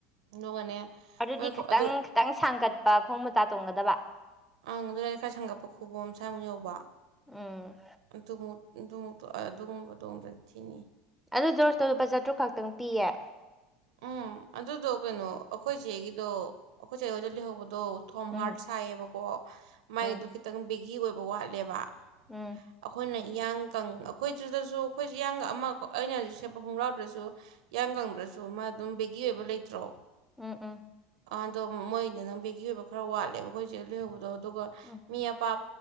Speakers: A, on the right (about 80°); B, in the centre.
A: ꯑꯗꯨꯒꯅꯦ
B: ꯑꯗꯨꯗꯤ
A: ꯃꯣꯏ ꯈꯨ-
B: ꯈꯤꯇꯪ
A: ꯑꯗꯨ
B: ꯈꯤꯇꯪ ꯁꯥꯡꯒꯠꯄ ꯈꯣꯡ ꯃꯣꯖꯥ ꯇꯣꯡꯒꯗꯕ
A: ꯑꯪ ꯑꯗꯨꯗꯏꯗꯤ ꯈꯔ ꯁꯪꯒꯠꯄ ꯈꯨꯕꯣꯝ ꯁꯥꯏꯃꯨꯛ ꯌꯧꯕ
B: ꯎꯝ
A: ꯑꯗꯨꯒꯨꯝ ꯑꯗꯨꯃꯨꯛ ꯑꯗꯨꯒꯨꯝꯕ ꯇꯣꯡꯗ꯭ꯔ ꯊꯤꯅꯤ
B: ꯑꯗꯨ ꯖꯣꯔꯖꯇꯣ ꯂꯨꯄꯥ ꯆꯥꯇ꯭ꯔꯨꯛ ꯈꯛꯇꯪ ꯄꯤꯌꯦ
A: ꯎꯝ ꯑꯗꯨꯗꯣ ꯀꯩꯅꯣ ꯑꯩꯈꯣꯏ ꯆꯦꯒꯤꯗꯣ ꯑꯩꯈꯣꯏꯆꯦ ꯍꯣꯏꯗ ꯂꯩꯍꯧꯕꯗꯣ ꯑꯗꯣ ꯊꯣꯝ ꯍꯥꯔꯠ
B: ꯎꯝ
A: ꯍꯥꯏꯌꯦꯕꯀꯣ ꯃꯥꯏꯗꯣ
B: ꯎꯝ
A: ꯈꯤꯇꯪ ꯕꯦꯒꯤ ꯑꯣꯏꯕ ꯋꯥꯠꯂꯦꯕ
B: ꯎꯝ
A: ꯑꯩꯈꯣꯏꯅ ꯏꯌꯥꯡꯀꯪ ꯑꯩꯈꯣꯏꯗꯨꯗꯁꯨ ꯑꯩꯈꯣꯏꯁꯨ ꯏꯌꯥꯡꯒ ꯑꯃ ꯑꯩꯅ ꯍꯧꯖꯤꯛ ꯁꯦꯠꯄ ꯈꯣꯡꯒ꯭ꯔꯥꯎꯗꯨꯁꯨ ꯏꯌꯥꯡ ꯀꯪꯗ꯭ꯔꯁꯨ ꯃꯥ ꯑꯗꯨꯝ ꯕꯦꯒꯤ ꯑꯣꯏꯕ ꯂꯩꯇ꯭ꯔꯣ
B: ꯎꯝ ꯎꯝ
A: ꯑ ꯑꯗꯣ ꯃꯣꯏꯗ ꯅꯪ ꯕꯦꯒꯤ ꯑꯣꯏꯕ ꯈꯔ ꯋꯥꯠꯂꯦꯕ ꯑꯩꯈꯣꯏꯆꯦ ꯂꯩꯍꯧꯕꯗꯣ ꯑꯗꯨꯒ
B: ꯎꯝ
A: ꯃꯤ ꯑꯄꯥ